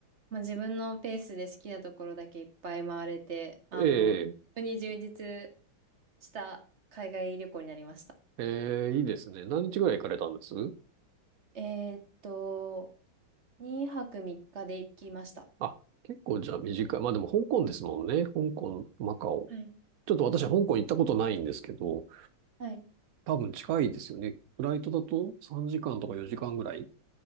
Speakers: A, on the right; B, on the right.
A: まあ、自分のペースで好きなところだけいっぱい回れて、あの、
B: ええ、
A: 非常に充実した海外旅行になりました。
B: ええ、いいですね。何日ぐらい行かれたんです
A: えーっと、2泊3日で行きました。
B: あ、結構じゃあ短い。まあでも香港ですもんね。香港、マカオ。
A: はい。
B: ちょっと私香港行ったことないんですけど、
A: はい。
B: 多分近いですよね。フライトだと3時間とか4時間ぐらい